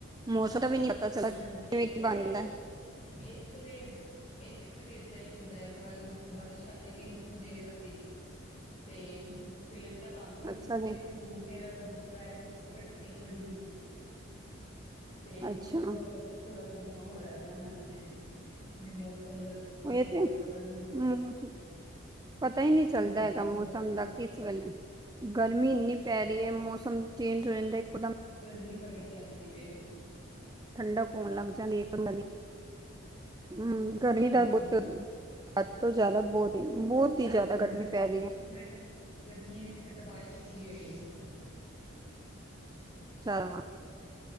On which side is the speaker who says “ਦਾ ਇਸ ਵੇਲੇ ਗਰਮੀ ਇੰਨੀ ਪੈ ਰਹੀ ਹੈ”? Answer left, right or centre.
Right